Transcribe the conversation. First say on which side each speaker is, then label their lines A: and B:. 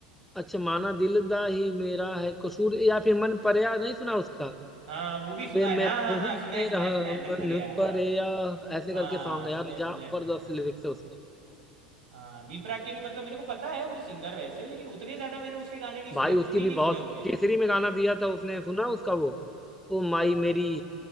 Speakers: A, in the centre; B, on the right.
A: अच्छा माना दिल दा ही मेरा है कसूर या फिर मन परया नहीं सुना उसका
B: हाँ वो भी सुना
A: वे
B: है
A: मैं
B: हाँ
A: तो
B: हाँ हाँ
A: हूं
B: सुना
A: तेरा
B: है सुना है सुना है मन
A: मन
B: भरिया हाँ
A: परया ऐसे
B: हाँ
A: करके सॉन्ग है
B: सुना
A: यार
B: है सुना
A: जबरदस्त
B: है भाई हाँ
A: लिरिक्स है उसके
B: हाँ बी प्राक के भी मतलब मेरे को पता है वो सिंगर वैसे लेकिन उतने ज्यादा मैंने उसके गाने नहीं सुने
A: भाई
B: दो
A: उसकी
B: तीन
A: भी
B: ही
A: बहुत
B: सुने होंगे
A: केसरी में गाना दिया था उसने सुना उसका वो ओ माई
B: अ,
A: मेरी